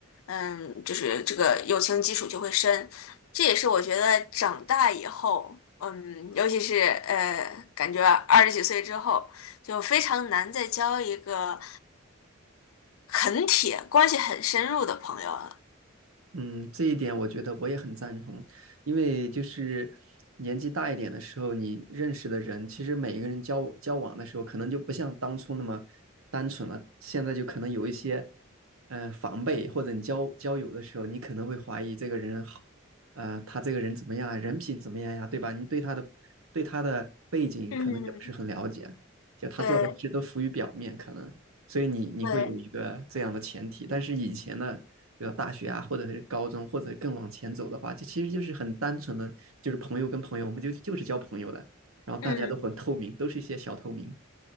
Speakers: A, on the left (about 80°); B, on the right (about 80°).
A: 嗯，就是这个友情基础就会深，这也是我觉得长大以后，嗯，尤其是呃，感觉二十几岁之后，就非常难再交一个很铁、关系很深入的朋友了。
B: 嗯，这一点我觉得我也很赞同，因为就是年纪大一点的时候，你认识的人，其实每一个人交往交往的时候，可能就不像当初那么单纯了，现在就可能有一些，呃，防备，或者你交交友的时候，你可能会怀疑这个人好，呃，他这个人怎么样啊，人品怎么样呀，对吧？你对他的对他的背景可能也不是很了解，
A: 嗯，
B: 就他做的事都浮于表面，
A: 对
B: 可能。所以你你会有一个这样的前提，
A: 对，
B: 但是以前的比如大学啊，或者是高中，或者更往前走的话，就其实就是很单纯的，就是朋友跟朋友，我们就就是交朋友的，然后大家都很透明，
A: 嗯。
B: 都是一些小透明。